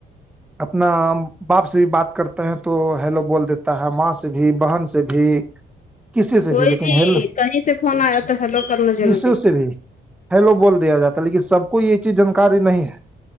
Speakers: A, in the centre; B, on the left.
A: اپنا باپ سے بھی بات کرتے ہیں تو ہیلو بول دیتا ہے ماں سے بھی بہن سے بھی کسی سے
B: کوئی
A: بھی لیکن ہل
B: کہیں سے فون آیا تو ہیلو کرنا ضروری
A: اسو سے بھی ہیلو بول دیا جاتا ہے لیکن سب کو یہ چیز جانکاری نہیں ہے